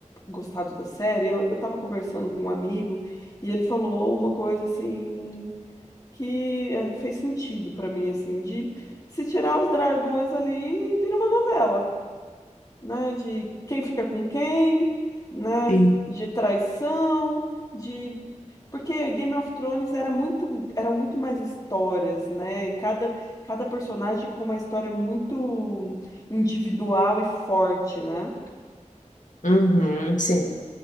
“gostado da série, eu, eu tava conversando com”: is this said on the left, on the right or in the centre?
Left